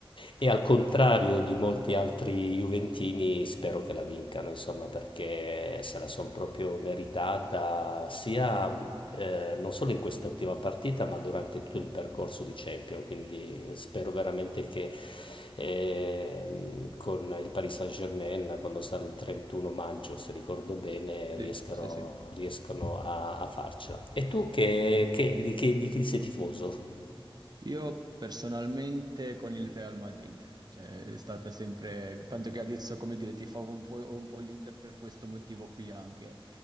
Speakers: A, on the left (about 60°); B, on the right (about 45°).
A: E al contrario di molti altri Juventini, spero che la vincano, insomma, perché se la sono proprio meritata sia eh, non solo in quest'ultima partita, ma durante tutto il percorso di Champions. Quindi eh, spero veramente che ehm, con il Paris Saint-Germain, quando sarà il 31 maggio, se ricordo bene,
B: Sì,
A: riescano,
B: sì, sì.
A: riescano a, a farcela. E tu che, che- di, che- di chi sei tifoso?
B: Io personalmente con il Real Madrid, cioè è stata sempre, tanto che adesso, come dire, tifavo un po', un po' l'Inter per questo motivo qui anche.